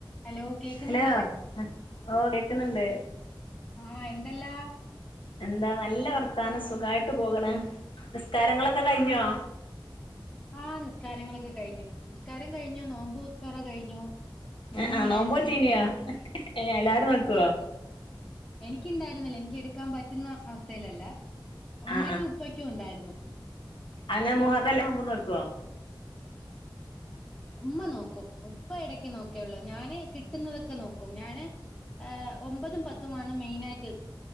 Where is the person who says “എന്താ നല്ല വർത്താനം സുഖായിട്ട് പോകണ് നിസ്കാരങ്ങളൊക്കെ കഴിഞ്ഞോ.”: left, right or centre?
Left